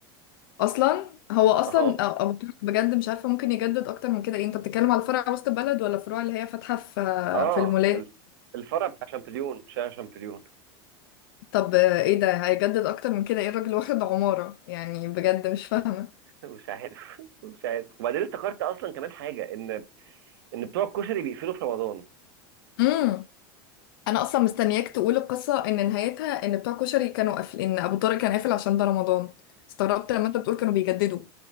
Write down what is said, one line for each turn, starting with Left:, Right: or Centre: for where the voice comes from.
Left: اصلا هو اصلا
Right: اه
Left: أ- ابو طارق بجد مش عارفه ممكن يجدد اكتر من كده ايه انت بتتكلم على فرع وسط البلد ولا فروع اللي هي فاتحه في
Right: اه
Left: في المولات
Right: الف- الفرع بتاع شامبليون شارع شامبليون
Left: طب آه، ايه ده هيجدد اكتر من كده ايه الراجل واخد عماره يعني بجد مش فاهمه
Right: <laughs> مش عارف <laughs> مش عارف وبعدين افتكرت اصلا كمان حاجه ان ان بتوع الكشري بيقفلوا في رمضان
Left: امم انا اصلا مستنياك تقول القصه ان نهايتها ان بتوع كشري كانوا قافل ان ابو طارق كان قافل عشان ده رمضان استغربت لما انت بتقول كانوا بيجددوا